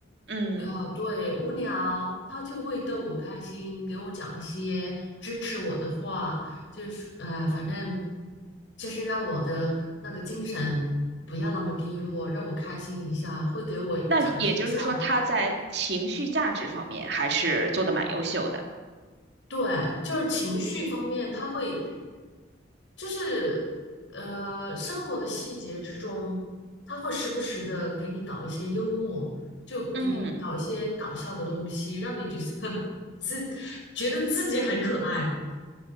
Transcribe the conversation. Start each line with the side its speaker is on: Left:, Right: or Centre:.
Right: 嗯，
Left: 呃，对，无聊，他就会逗我开心，给我讲一些支持我的话，就是呃，反正就是让我的那个精神不要那么低落，让我开心一下，会给我讲一些笑话。
Right: 那也就是说他在情绪价值方面还是做的蛮优秀的。
Left: 对，就是情绪方面，他会就是呃，生活的细节之中，他会时不时的给你搞一些幽默，就给你搞一些搞笑的东西，
Right: 嗯，
Left: 让你觉得 <laughs> 自觉得自己很可爱。